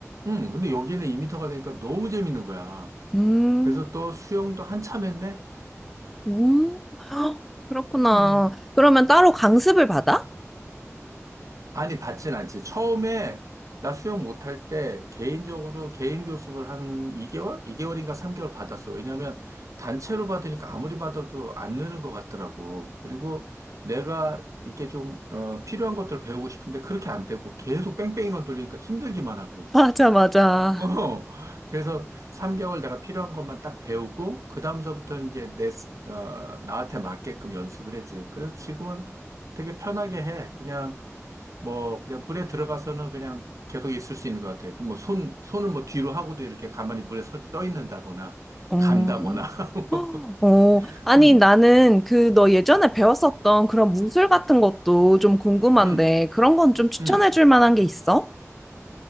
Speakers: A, on the right; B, in the centre.
A: 응, 근데 여기는 2터가 되니까 너무 재밌는 거야.
B: 음,
A: 그래서 또 수영도 한참 했네?
B: 음, <gasps> 헉, 그렇구나.
A: 음.
B: 그러면 따로 강습을 받아?
A: 아니, 받진 않지. 처음에 나 수영 못할 때 개인적으로 개인 교습을 한 2개월? 2개월인가 3개월 받았어. 왜냐면 단체로 받으니까 아무리 받아도 안 느는 것 같더라고. 그리고 내가 이렇게 좀, 어, 필요한 것들을 배우고 싶은데 그렇게 안 되고 계속 뺑뺑이만 돌리니까 힘들기만 하고.
B: <laughs> 맞아, 맞아.
A: <laughs> 어, 그래서 3개월 내가 필요한 것만 딱 배우고, 그 다음서부터는 이제 내, 스- 어, 나한테 맞게끔 연습을 했지. 그래서 지금은 되게 편하게 해. 그냥 뭐 그냥 물에 들어가서는 그냥 계속 있을 수 있는 것 같아요. 뭐 손, 손을 뭐 뒤로 하고도 이렇게 가만히 물에 서, 떠 있는다거나
B: 음.
A: 간다거나. <laughs> 뭐,
B: 어, 아니,
A: 음,
B: 나는 그 너 예전에 배웠었던 그런 무술 같은 것도 좀 궁금한데,
A: 음,
B: 그런 건 좀 추천해
A: 음.
B: 줄 만한 게 있어?